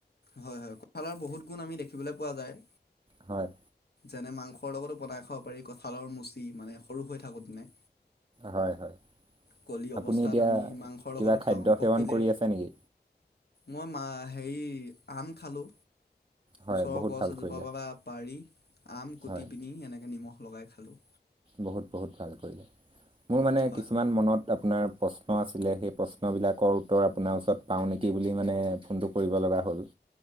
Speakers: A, on the left; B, on the right.
A: হয়, হয়, কঁঠালৰ বহুত গুণ আমি দেখিবলৈ পোৱা যায়।
B: হয়,
A: যেনে মাংসৰ লগতো বনাই খাব পাৰি, কঁঠালৰ মুচি মানে সৰু হৈ থাকোঁতে।
B: হয়, হয়,
A: কলি অৱস্থাত
B: আপুনি এতিয়া
A: আমি মাংসৰ
B: কিবা
A: লগতো
B: খাদ্য
A: খাওঁ
B: সেৱন
A: পকিলে
B: কৰি আছে নেকি?
A: মই মা হেৰি, আম খালোঁ।
B: হয়
A: ওচৰৰ
B: বহুত
A: গছ
B: ভাল
A: এজোপাৰ
B: কৰিলে
A: পৰা আম পাৰি, আম কুটি
B: হয়।
A: পিনি এনেকে নিমখ লগাই খালোঁ।
B: বহুত বহুত ভাল কৰিলে, মোৰ মানে
A: হয়
B: কিছুমান
A: হয়
B: মনত আপোনাৰ প্ৰশ্ন আছিলে সেই প্ৰশ্নবিলাকৰ উত্তৰ আপোনাৰ ওচৰত পাওঁ নেকি বুলি মানে ফোনটো কৰিব ল কৰা হ'ল।